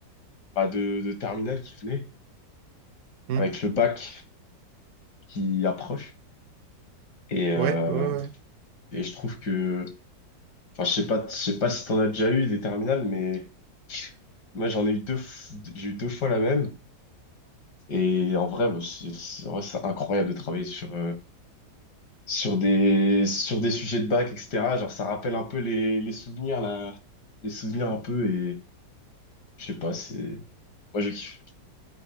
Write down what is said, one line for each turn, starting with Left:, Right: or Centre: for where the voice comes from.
Left: bah, de, de terminales qui venaient
Right: Mm.
Left: avec le bac qui approche. Et, euh,
Right: Ouais, ouais, ouais.
Left: et je trouve que, enfin je sais pas, je sais pas si t'en as déjà eu des terminales, mais moi j'en ai eu deux, f- j'ai eu deux fois la même. Et en vrai, bah, c'est c'est- en vrai, c'est incroyable de travailler sur euh, sur des sur des sujets de bac, etc. Genre ça rappelle un peu les les souvenirs là les souvenirs un peu Je sais pas, c'est... Moi, je kiffe.